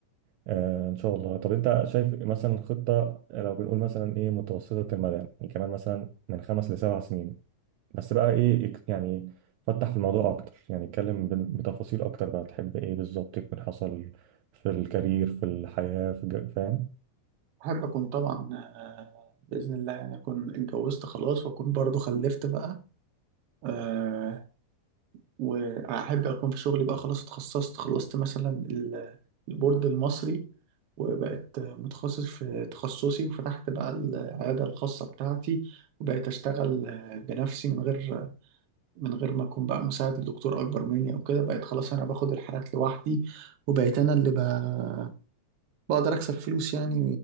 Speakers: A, on the right; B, on the right.
A: آه إن شاء الله طب أنت شايف مثلا خطة لو بنقول مثلا إيه متوسطة المدى يعني كمان مثلا من خمس لسبع سنين بس بقى ايه يك- يعني فتح في الموضوع اكتر يعني اتكلم ب- بتفاصيل اكتر بقى تحب ايه بالظبط يكون حصل في الكارير في الحياة في الج- فاهم
B: احب اكون طبعا آه، باذن الله يعني اكون اتجوزت خلاص واكون برضو خلفت بقى آه، واحب اكون في شغلي بقى خلاص اتخصصت خلصت مثلا ال- البورد المصري وبقت متخصص في تخصصي وفتحت بقى العياده الخاصه بتاعتي وبقيت اشتغل آه، بنفسي من غير من غير ما اكون بقى مساعد لدكتور اكبر مني او كده بقيت خلاص انا باخد الحالات لوحدي وبقيت انا اللي بقى بقدر أكسب فلوس يعني